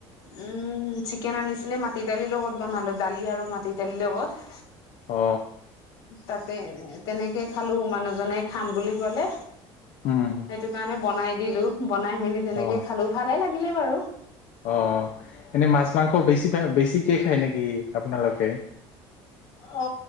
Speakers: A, on the left; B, on the left.
A: উম উম চিকেন আনিছিলে মাটি দালিৰ লগত বনালো দালি আৰু মাটি দালিৰ লগত।
B: অ
A: তাতে তেনেকে খালো মানুহজনে খাম বুলি ক'লে
B: উম
A: সেইটো কাৰণে বনাই দিলো বনাই মেলি তেনেকে
B: অ
A: খালো ভালে লাগিলে বাৰু।
B: অ এনেই মাছ মাংস বেছিকাই বেছিকে খায় নেকি আপোনালোকে?
A: অ